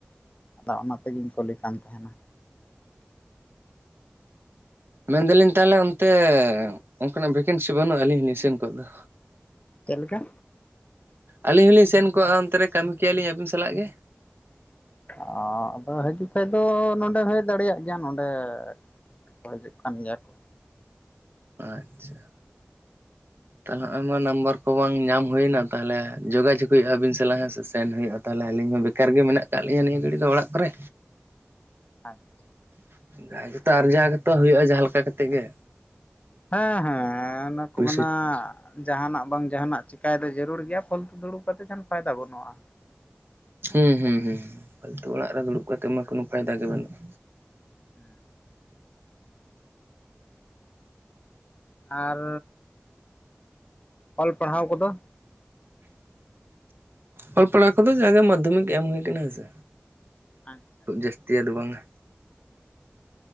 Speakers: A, on the left (about 35°); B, on the right (about 65°).
A: ᱟᱫᱚ ᱚᱱᱟ ᱛᱮ ᱜᱤᱧ ᱠᱩᱞᱤ ᱠᱟᱱ ᱛᱟᱦᱮᱸᱱᱟ।
B: ᱢᱮᱱ ᱮᱫᱟᱞᱤᱧ ᱛᱟᱦᱟᱞᱮ ᱚᱱᱛᱮ ᱚᱱᱠᱟᱱᱟᱜ ᱵᱷᱮᱠᱮᱱᱥᱤ ᱵᱟᱹᱱᱩᱜᱼᱟ? ᱟᱹᱞᱤᱧ ᱦᱚᱸᱞᱤᱧ ᱥᱮᱱ ᱠᱚᱜ ᱫᱚ।
A: ᱪᱮᱫ ᱞᱮᱠᱟ?
B: ᱟᱹᱞᱤᱧ ᱦᱚᱞᱤᱧ ᱥᱮᱱ ᱠᱚᱜᱼᱟ ᱚᱱᱛᱮ ᱨᱮ ᱠᱟᱹᱢᱤ ᱠᱮᱭᱟ ᱞᱤᱧ ᱟᱹᱵᱤᱱ ᱥᱟᱞᱟᱜ ᱜᱮ।
A: ᱚ ᱟᱫᱚ ᱦᱤᱡᱩᱜ ᱠᱷᱟᱱ ᱫᱚ ᱱᱚᱸᱰᱮ ᱦᱮᱡ ᱫᱟᱲᱮᱭᱟᱜ ᱜᱮᱭᱟ ᱱᱚᱰᱮ ᱼᱼ ᱠᱷᱚᱡᱚᱜ ᱠᱟᱱ ᱜᱮᱭᱟ ᱠᱚ।
B: ᱟᱪᱪᱷᱟ ᱛᱟᱦᱟᱞᱮ ᱦᱚᱸᱜ-ᱚᱭ ᱢᱟ ᱱᱟᱢᱵᱟᱨ ᱠᱚ ᱵᱟᱝ ᱧᱟᱢ ᱦᱩᱭᱮᱱᱟ ᱛᱟᱦᱟᱞᱮ ᱡᱳᱜᱟᱡᱳᱜᱽ ᱦᱩᱭᱩᱜᱼᱟ ᱟᱹᱵᱤᱱ ᱥᱟᱞᱟᱜ ᱦᱮᱸ ᱥᱮ ᱥᱮᱱ ᱦᱩᱭᱩᱜᱼᱟ ᱛᱟᱦᱟᱞᱮ ᱟᱹᱞᱤᱧ ᱦᱚᱸ ᱵᱮᱠᱟᱨ <inaudible> ᱠᱟᱨ ᱜᱮ ᱢᱮᱱᱟᱜ ᱟᱠᱟᱫ ᱞᱤᱧᱟ ᱱᱤᱭᱟᱹ ᱜᱷᱟᱹᱲᱤ ᱫᱚ ᱚᱲᱟᱜ ᱠᱚᱨᱮ।
A: ᱟᱪᱪᱷᱟ
B: <inaudible> ᱡᱟᱦᱟᱸ ᱜᱮᱛᱚ ᱟᱨᱡᱟᱣ ᱜᱮᱛᱚ ᱦᱩᱭᱩᱜᱼᱟ ᱡᱟᱦᱟᱸ ᱞᱮᱠᱟ ᱠᱟᱛᱮ ᱜᱮ।
A: ᱦᱮᱸ ᱦᱮᱸ ᱚᱱᱟ ᱠᱚ
B: ᱯᱩᱭᱥᱟᱹ
A: ᱢᱮᱱᱟ ᱼᱼ ᱡᱟᱦᱟᱸᱱᱟᱜ ᱵᱟᱝ ᱡᱟᱦᱟᱸᱱᱟᱜ ᱪᱤᱠᱟᱹᱭ ᱫᱚ ᱡᱟᱹᱨᱩᱲ ᱜᱮᱭᱟ ᱯᱷᱟᱹᱞᱛᱩ ᱫᱩᱲᱩᱵ ᱠᱟᱛᱮ ᱡᱟᱦᱟᱸᱱ ᱯᱷᱟᱭᱫᱟ ᱵᱟᱹᱱᱩᱜᱼᱟ
B: ᱦᱩᱸ ᱦᱩᱸ ᱦᱩᱸ ᱯᱷᱟᱹᱞᱛᱩ ᱚᱲᱟᱜ ᱨᱮ ᱫᱩᱲᱩᱵ ᱠᱟᱛᱮ ᱢᱟ ᱠᱳᱱᱳ ᱯᱷᱟᱭᱫᱟ ᱜᱮ ᱵᱟᱹᱱᱩᱜᱼᱟ
A: ᱦᱩᱸ ᱟᱨ ᱚᱞ ᱯᱟᱲᱦᱟᱣ ᱠᱚᱫᱚ
B: ᱚᱞ ᱯᱟᱲᱦᱟᱣ ᱠᱚᱫᱚ ᱡᱟᱜᱮ ᱢᱟᱫᱽᱫᱷᱚᱢᱤᱠ ᱮᱢ ᱦᱩᱭᱩᱠᱟᱱᱟ ᱦᱮᱸᱥᱮ
A: ᱟᱪᱪᱷᱟ ᱟᱪᱪᱷᱟ
B: ᱠᱷᱩᱵ ᱡᱟᱹᱥᱛᱤᱭᱟ ᱫᱚ ᱵᱟᱝᱟ